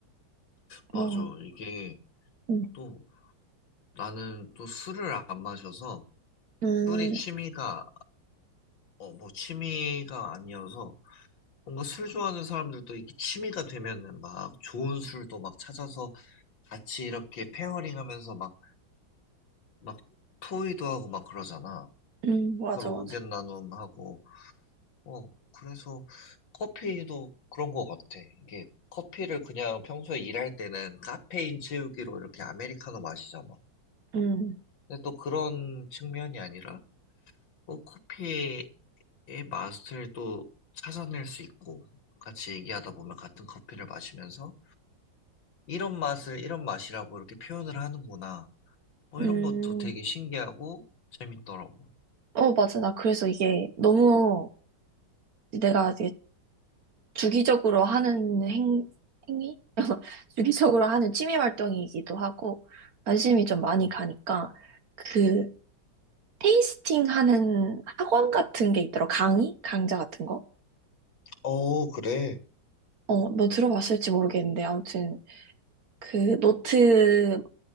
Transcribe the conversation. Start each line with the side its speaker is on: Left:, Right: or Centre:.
Left: 맞아.
Right: 뭐,
Left: 이게
Right: 음,
Left: 또 나는 또 술을 안 마셔서
Right: 음,
Left: 술이 취미가, 어, 뭐 취미가 아니어서 뭔가 술 좋아하는 사람들도 이게 취미가 되면은 막 좋은 술도 막 찾아서 같이 이렇게 페어링 하면서 막, 막 토의도 하고 막 그러잖아.
Right: 음, 맞아,
Left: 서로
Right: 맞아.
Left: 의견 나눔하고. 어, 그래서 커피도 그런 것 같아. 이게 커피를 그냥 평소에 일할 때는 카페인 채우기로 이렇게 아메리카노 마시잖아.
Right: 음,
Left: 근데 또 그런 측면이 아니라 또 커피의 맛을 또 찾아낼 수 있고 같이 얘기하다 보면 같은 커피를 마시면서 이런 맛을 이런 맛이라고 이렇게 표현을 하는구나. 뭐
Right: 음.
Left: 이런 것도 되게 신기하고 재밌더라고.
Right: 어, 맞아. 나 그래서 이게 너무 내가 이제 주기적으로 하는 행, 행위? <laughs> 주기적으로 하는 취미 활동이기도 하고, 관심이 좀 많이
Left: 음,
Right: 가니까, 그, 테이스팅 하는 학원 같은 게 있더라. 강의? 강좌 같은 거?
Left: 어, 그래.
Right: 어, 너 들어봤을지 모르겠는데, 아무튼, 그, 노트,